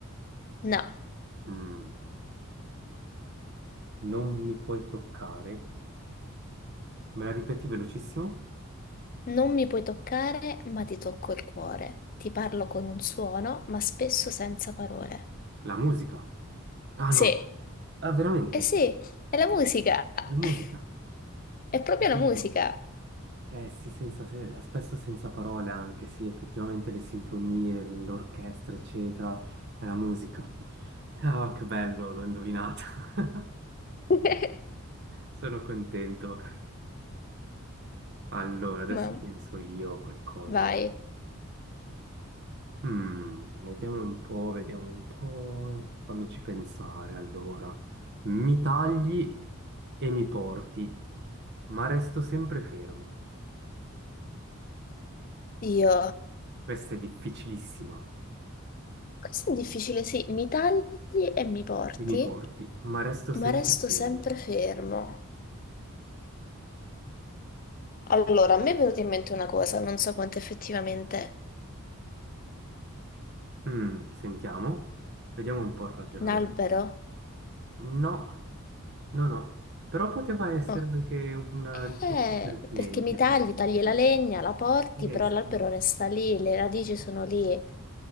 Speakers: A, on the left (about 40°); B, on the right (about 50°).
A: No.
B: Mm, non mi puoi toccare. Me la ripeti velocissimo?
A: Non mi puoi toccare, ma ti tocco il cuore. Ti parlo con un suono, ma spesso senza parole.
B: La musica. Ah
A: Sì,
B: no, ah veramente,
A: eh sì, è la musica.
B: la musica.
A: <laughs> È proprio
B: Oddio.
A: la musica.
B: Eh sì, senza se- spesso senza parole anche, sì, effettivamente le sinfonie, l'orchestra, eccetera, è la musica. Ah, che bello, l'ho indovinata. <laughs>
A: <laughs>
B: Sono contento. Allora, adesso
A: Ma
B: penso io a qualcosa.
A: vai.
B: Mm, vediamo un po', vediamo un po', fammici pensare allora. Mi tagli e mi porti, ma resto sempre fermo.
A: Io.
B: Questa è difficilissima.
A: Questo è difficile, sì. Mi tagli e mi porti,
B: E mi porti, ma resto sempre
A: ma resto
B: fermo.
A: sempre fermo. Allora, a me è venuta in mente una cosa, non so quanto effettivamente.
B: Mm, sentiamo, vediamo un po' il ragionamento.
A: Un albero?
B: No, no, no, però poteva essere
A: Ok.
B: anche una risposta
A: Eh,
B: pertinente,
A: perché mi tagli,
B: effettivamente.
A: tagli la legna, la porti,
B: Eh
A: però
B: sì.
A: l'albero resta lì, le radici sono lì.